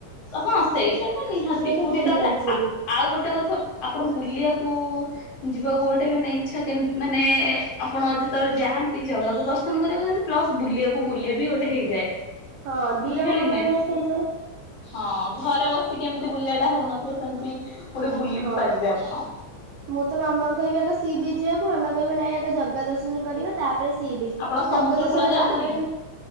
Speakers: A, on the left; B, on the right.
A: ହଁ ସେଇଟା ତ ନିହାତି।
B: ତ
A: ପୁରୀ ତାପରେ
B: ଯାଆନ୍ତି ସବୁ
A: ଆ ଆଉ ଗୋଟେ କଥା ଆପଣ ବୁଲିଆକୁ ଯିବାକୁ ଗୋଟେ ମାନେ ଇଚ୍ଛା କେମତି ମାନେ ଆପଣ ଯେତେବେଳେ ଯାଆନ୍ତି ଜାଗାକୁ ଦର୍ଶନ କରିବାକୁ ଯାନ୍ତି। ପ୍ଲସ ବୁଲିବାକୁ ବୁଲିବା ବି ଗୋଟେ ହେଇଯାଏ।
B: ହଁ ଦିଆଡୁ
A: ବୁଝିପାରିଲେ କି
B: ମାନେ
A: ନାଇଁ
B: ହେଇଯାଏ।
A: ହଁ ଘରେ ବସିକି ଏମିତି ବୁଲିବା ଟା ହଉନଥିବ ସେମିତି ଗୋଟେ ବୁଲି
B: ହଁ।
A: ବିି ପାରିବେ ଆପଣ।
B: ମୁଁ ତ ମାମା କହି ଆଗ ସିଏ ବି ଯିବାକୁ ମାମା କହିବ ନାଇଁ ଆଗ ଜଗା ଦର୍ଶନ କରିବା ତା ତା ସିଏ ବି
A: ଆପଣ ସମୁଦ୍ର
B: ଜଗ ଦର୍ଶନ
A: କୂଳ ଯାଆନ୍ତି
B: କଲା ପରେ ଯୋଉ